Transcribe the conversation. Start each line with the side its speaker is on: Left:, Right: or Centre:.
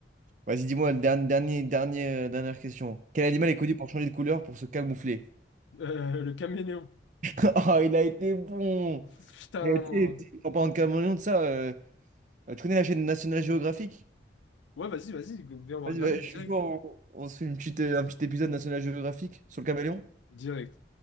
Right: Vas-y, dis-moi, le dernier, dernier, dernier, euh, dernière question. Quel animal
Left: Euh,
Right: est connu pour changer de couleur pour se camoufler?
Left: euh, le caméléon.
Right: <laughs> Ah, il a été bon!
Left: <laughs> Putain.
Right: Il a été... En parlant de caméléon, de ça, euh, tu connais la chaîne National Geographic?
Left: Ouais, vas-y, vas-y, viens, on va
Right: Vas-y,
Left: regarder
Right: bah, je
Left: direct.
Right: suis chaud, on, on se fait une petite, euh, un petit épisode National Geographic sur le caméléon.
Left: Direct.